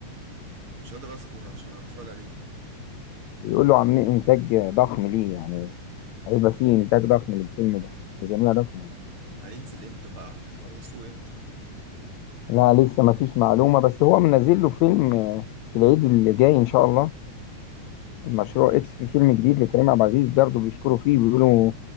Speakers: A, on the right; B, on the left.
A: مش قادر اصبر عشان اتفرج عليه
B: بيقولوا عاملين انتاج ضخم ليه يعني هيبقى فيه انتاج ضخم للفيلم ده ميزانيه ضخمه
A: هينزل امتى بقى هيخلصوه امتى
B: لا لسه ما فيش معلومة بس هو منزل له فيلم آه، في العيد اللي جاي إن شاء الله المشروع إكس في فيلم جديد لكريم عبد العزيز برضه بيشكروا فيه بيقولوا